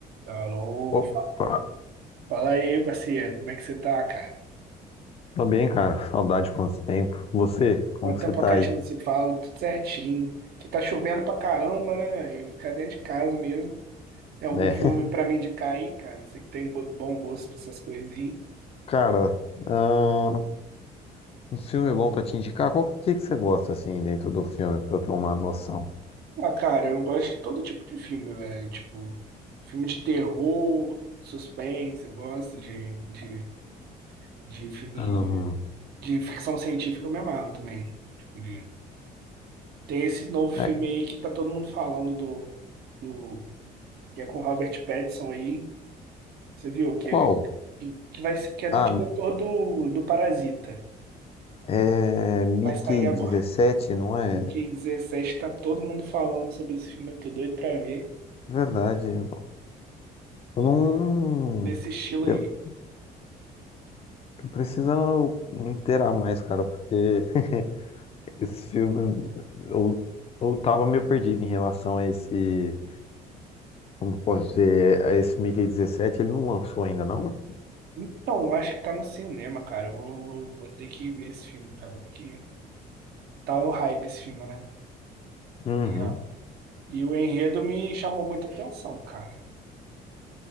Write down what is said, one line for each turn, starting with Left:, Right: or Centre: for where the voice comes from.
Right: Alô,
Left: Opa,
Right: fa- fala aí, parceiro, como é que você tá, cara?
Left: tá bem, cara? Saudade quanto tempo. Você, como
Right: Quanto
Left: que
Right: tempo
Left: você tá
Right: que a
Left: aí?
Right: gente não se fala, tudo certinho. Que tá chovendo pra caramba, né? E ficar dentro de casa mesmo. Tem algum
Left: né
Right: filme
Left: <laughs>
Right: pra me indicar aí, cara? Você que tem go- bom gosto pra essas coisas aí.
Left: Cara, ah, um filme bom pra te indicar? Qual que, que você gosta, assim, dentro do filme, pra eu ter uma noção?
Right: Ah, cara, eu gosto de todo tipo de filme, velho. Tipo, filme de terror, suspense, eu gosto de, de, de filme
Left: Ahn,
Right: de, de ficção científica, eu me amarro também. Tipo, de... Tem esse novo filme
Left: é,
Right: aí que tá todo mundo falando do. que é com o Robert Pattinson aí. Você viu que
Left: qual?
Right: é, que, que vai, ser- que é do
Left: Ah,
Right: diretor do, do Parasita.
Left: é Mickey
Right: Vai sair agora.
Left: 17, não é?
Right: E que
Left: É
Right: 17 tá todo mundo falando sobre esse filme. Eu tô doido pra ver
Left: Verdade. Eu não...
Right: nesse estilo aí.
Left: Eu tô precisando me inteirar mais, cara, porque <laughs> esse filme... Eu, eu tava meio perdido em relação a esse... Como posso dizer, é- esse Mickey dezessete ele não lançou ainda, não?
Right: Então, acho que tá no cinema, cara. Eu Vou, vou, vou ter que ver esse filme, cara, porque tá no hype esse filme, né?
Left: Uhum.
Right: E, a- e o enredo me chamou muita atenção, cara.